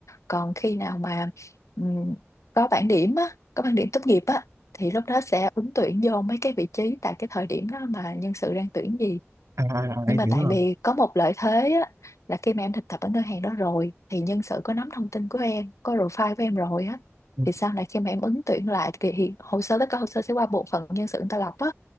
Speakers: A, on the left (about 85°); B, on the right (about 80°).
A: còn khi nào mà ừm, có bảng điểm á có bảng điểm tốt nghiệp á thì lúc đó sẽ ứng tuyển vô mấy cái vị trí tại cái thời điểm đó mà nhân sự đang tuyển gì
B: à, à, à,
A: nhưng
B: em
A: mà
B: hiểu
A: tại
B: rồi
A: vì có một lợi thế á là khi mà em thực tập ở ngân hàng đó rồi thì nhân sự có nắm thông tin của em có profile của em rồi á
B: Ừ,
A: thì sau này khi mà em ứng tuyển lại thì thì hồ sơ tất cả hồ sơ sẽ qua bộ phận nhân sự người ta lọc á